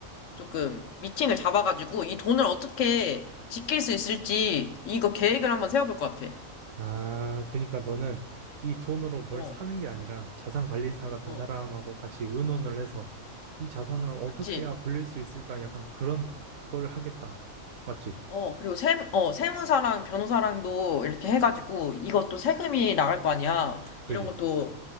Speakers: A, on the left (about 65°); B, on the right (about 75°).
A: 조금 미팅을 잡아가지고 이 돈을 어떻게 지킬 수 있을지 이거 계획을 한번 세워볼 것 같아.
B: 아, 그러니까 너는 이 돈으로 뭘
A: 어,
B: 사는 게 아니라 자산 관리사 같은
A: 어,
B: 사람하고 같이 의논을 해서 이 자산을 어떻게
A: 그치?
B: 해야 불릴 수 있을까? 약간 그런 걸 하겠다. 맞지?
A: 어, 그리고 세, 어, 세무사랑 변호사랑도 이렇게 해가지고 이것도 세금이 나갈 거 아니야.
B: 그지?
A: 이런 것도